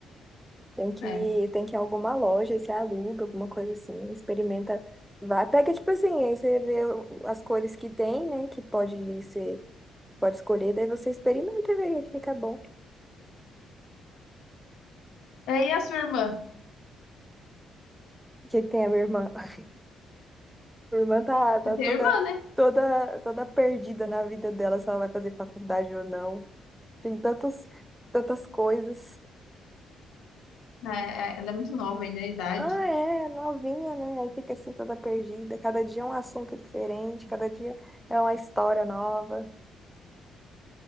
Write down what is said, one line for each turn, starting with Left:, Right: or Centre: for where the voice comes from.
Centre: Tem que,
Left: É.
Centre: tem que ir a alguma loja e você aluga, alguma coisa assim, experimenta. Vai, pega tipo assim, aí você vê o- as cores que tem, né? Que pode ser, pode escolher, daí você experimenta e vê o que fica bom.
Left: É, E a sua irmã?
Centre: O que que tem a minha irmã? <laughs> Minha irmã tá, tá
Left: Você tem
Centre: toda,
Left: irmã, né?
Centre: toda, toda perdida na vida dela, se ela vai fazer faculdade ou não. Tem tantos, tantas coisas.
Left: É, é, ela é muito nova ainda, a idade.
Centre: Ah, é, novinha, né? Aí fica assim toda perdida. Cada dia é um assunto diferente, cada dia é uma história nova.